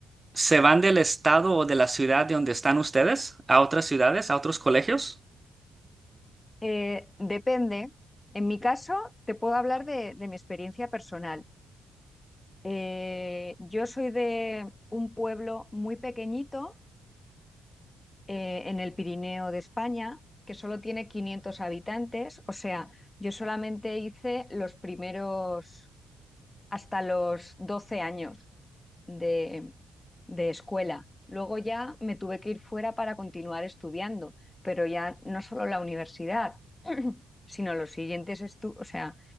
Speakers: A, on the right; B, on the left.
A: ¿se van del estado o de la ciudad de donde están ustedes a otras ciudades, a otros colegios?
B: Eh, depende. En mi caso, te puedo hablar de, de mi experiencia personal. Eh, yo soy de un pueblo muy pequeñito eh, en el Pirineo de España, que solo tiene 500 habitantes. O sea, yo solamente hice los primeros hasta los 12 años de, de escuela. Luego ya me tuve que ir fuera para continuar estudiando, pero ya no solo la universidad, <clears throat> sino los siguientes estudios, o sea,